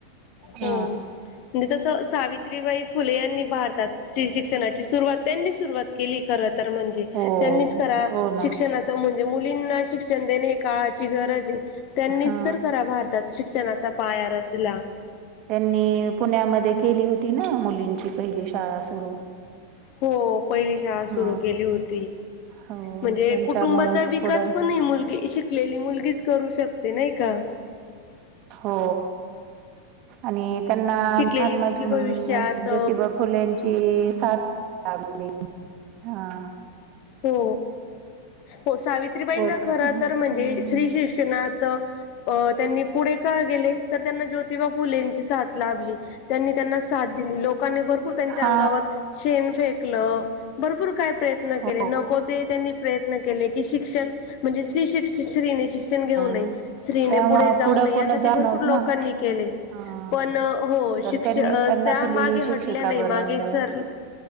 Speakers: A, on the left; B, on the right.
A: हो
B: हा
A: म्हणजे कस सावि त्रिबाई फुले यांनी भारतात स्त्री शिक्षणाची सुरुवात त्यांनी सुरुवात केली खर तर म्हणजे
B: हो
A: त्यांनीच करा
B: हो ना
A: शिक्षणाचा म्हणजे मुलींना शिक्षण देणे काळाची गरज आहे त्यांनीच
B: हा
A: तर खरा भारतात शिक्षणाचा पाया रचला
B: त्यांनी पुण्यामध्ये केली होती ना मुलींची पहिली शाळा सुरू
A: हो पहिली शाळा
B: हा
A: सुरू केली होती
B: हो
A: म्हणजे
B: त्यांच्यामुळेच
A: कुटुंबाचा विकास
B: पुढं
A: पण ही मुलगी शिकलेली मुलगीच करू शकते नाही का
B: हो आणि त्यांना
A: शिकलेली
B: महात्मा
A: मुलगी भविष्यात
B: ज्योतिबा फुलेंची साथ लाभली हा
A: हो, हो सावित्रीबाईंना
B: बोल
A: खरं तर म्हणजे
B: हा
A: स्री शी शिक्षणात त्यांनी पुढे का गेले तर त्यांना ज्योतिबा फुले साथ लाभली त्यांनी त्यांना साथ दिली लोक लोकांनी भरपूर
B: हा
A: त्यांच्या अंगावर शेण फेकलं भरपूर काय प्रयत्न
B: हो
A: नको ते त्यांनी प्रयत्न केले की स्त्री शिक्षण म्हणजे शिक्ष क्षण घेऊ
B: हा
A: नये स्त्रीने
B: तेव्हा
A: पुढे जाऊ
B: पुढं
A: नये
B: कोण
A: यासाठी
B: जात
A: भरपूर
B: नव्हत
A: लोकांनी
B: ना
A: केलय
B: हा
A: पण हो
B: तर
A: शिक्ष
B: त्यांनीच त्यांना
A: त्या
B: पहिली
A: मागे
B: शिक्षिका
A: हटल्या नाही
B: बनवलं
A: मागे सर